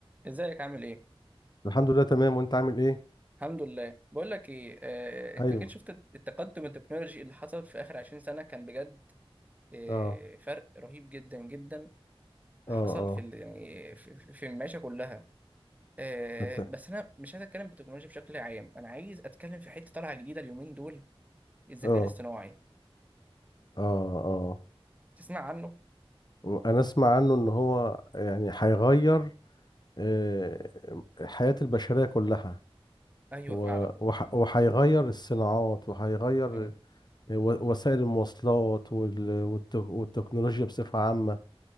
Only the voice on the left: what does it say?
الحمد لله تمام وانت عامل ايه
ايوه
اه
اه
اه
أنت-
اه
اه اه
وانا اسمع عنه ان هو يعني هيغير آه، حياة البشرية كلها
و-
وح- وهيغير الصناعات وهيغير
آه، و- وسائل المواصلات وال- والت- والتكنولوجيا بصفة عامة